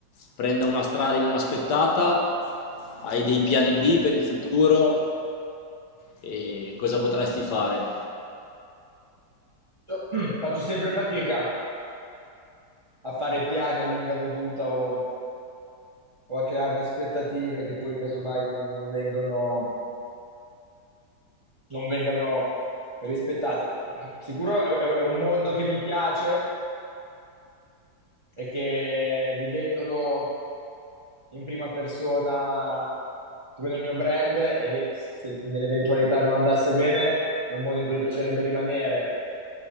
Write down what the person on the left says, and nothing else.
prenda una strada inaspettata, hai dei piani B per il futuro e cosa potresti fare?